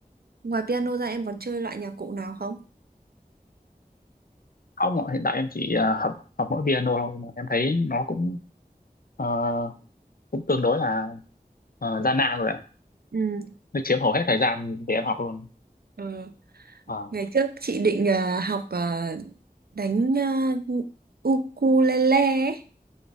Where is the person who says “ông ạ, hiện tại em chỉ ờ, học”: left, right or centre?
Left